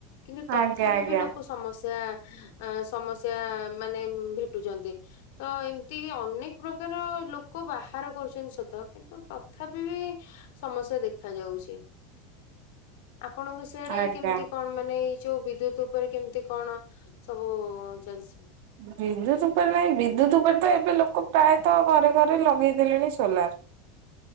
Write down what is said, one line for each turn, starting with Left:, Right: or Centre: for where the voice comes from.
Left: କିନ୍ତୁ ତଥାପି
Right: ଆଜ୍ଞା ଆଜ୍ଞା
Left: ବି ଲୋକ ସମସ୍ୟା ସମସ ସ୍ୟା ମାନେ ଭେଟୁଛନ୍ତି। ତ ଏମିତିକି ଅନେକ ପ୍ରକାର ଲୋକ ବାହାର କରୁଛନ୍ତି ସତ। କିନ୍ତୁ ତଥାପି ବି ସମସ୍ୟା ଦେଖା ଯାଉଛି। ଆପଣଙ୍କ ସିଆଡେ
Right: ଆଜ୍ଞା।
Left: କେମିତି କଣ ମାନେ ଏଇ ଯୋଉ ବିଦ୍ୟୁତ ଉପରେ କେମିତି କଣ ସବୁ ଚାଲିଛି?
Right: ବିଦ୍ୟୁତ ଉପରେ ନାହିଁ ବିଦ୍ୟୁତ ଉପରେ ତ ଏବେ ଲୋକ ପ୍ରାୟତ ଘରେ ଘରେ ଲଗେଇ ଦେଲେଣି ସୋଲାର।